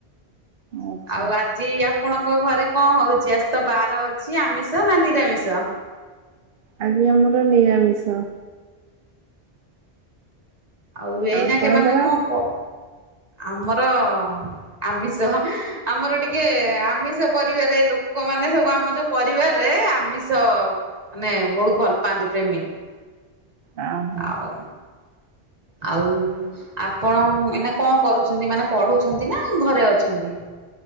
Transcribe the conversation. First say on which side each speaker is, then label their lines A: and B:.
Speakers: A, on the right; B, on the right.
A: ଆଚ୍ଛା।
B: ଆଉ ଆ ଜି ଆପଣଙ୍କ ଘରେ କଣ ହେଉଛି ଆଜି ତ ବାର ଅଛି ଆମିଷ ନା ନିରାମିଷ?
A: ଆଜି ଆମର ନିରାମିଷ।
B: ଆଉ ଏଇନାକ
A: ଆପଣଙ୍କର?
B: ମାନେ କଣ ପ ଆମର ଆମିଷ ଆମର ଟିକେ ଆମିଷ ପରିବାରେ ଲୋକମାନେ ସବୁ ଆମ ଯୋଉ ପରିବାରରେ ଆମିଷ ମାନେ ବହୁତ ଭଲ ପାଆନ୍ତି ପ୍ରେମୀ।
A: ଓହୋ।
B: ଆଉ ଆଉ ଆପଣ ଏଇନା କଣ କରୁଛନ୍ତି ମାନେ ପଢୁଛନ୍ତି ନା ଘରେ ଅଛନ୍ତି?